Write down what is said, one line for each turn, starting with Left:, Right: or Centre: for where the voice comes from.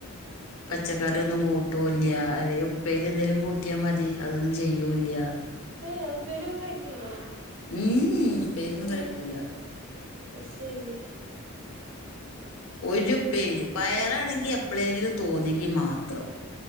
Left: പച്ചക്കറിയൊന്നും കൂട്ടൂല്ല അതെ ഉപ്പേരി എന്തേലും കൂട്ട ട്ടിയ മതി അതൊന്നും ചെയ്യൂല്ല്യ
Right: ഏഹ് ഉപ്പേരിയൊന്നും കഴിക്കില്ലേ
Left: ഉം ഉപ്പേരിയൊന്നും
Right: ഉം
Left: കഴിക്കൂല
Right: ആ ശെരി
Left: ഒരുപ്പേരി പയറാണെങ്കി എപ്പളെങ്കിലും തോന്നിയെങ്കി മാത്രം